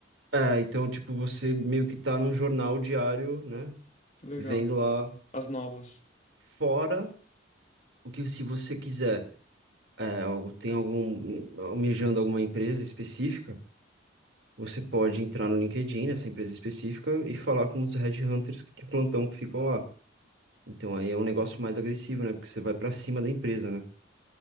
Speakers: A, on the right (about 80°); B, on the left (about 35°).
A: é, então, tipo, você meio que tá num jornal diário, né?
B: Que legal.
A: Vendo lá
B: As novas,
A: fora o que se você quiser. é, algo- tem algum, almejando alguma empresa específica, você pode entrar no LinkedIn, nessa empresa específica, e falar com os headhunters de plantão que ficam lá. Então aí é um negócio mais agressivo, né? Porque você vai pra cima da empresa, né?